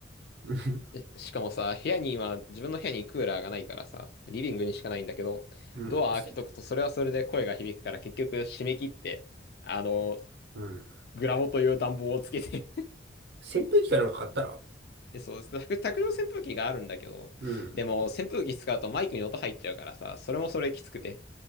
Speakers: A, on the right (about 65°); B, on the left (about 55°).
A: <laughs>
B: えしかもさ、部屋に今、自分の部屋にクーラーがないからさ、リビングにしかないんだけど、
A: うん。
B: ドア開けとくと、
A: そして
B: それはそれで声が響くから、結局、締め切って、あの、
A: うん。
B: グラボという暖房をつけて
A: 扇風機かなんか買ったら、
B: え、そうです。卓卓上扇風機があるんだけど、
A: うん。
B: でも扇風機使うとマイクに音入っちゃうからさ、それもそれきつくて。